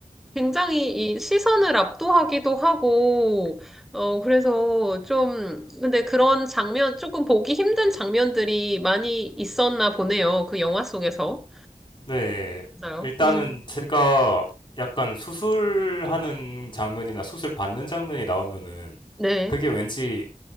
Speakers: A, in the centre; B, on the left.
A: 굉장히 이 시선을 압도하기도 하고, 어, 그래서 좀, 근데 그런 장면, 조금 보기 힘든 장면들이 많이 있었나 보네요. 그 영화 속에서.
B: 네,
A: 맞아요.
B: 일단은
A: 음,
B: 제가 약간 수술하는 장면이나 수술 받는 장면이 나오면은
A: 네.
B: 그게 왠지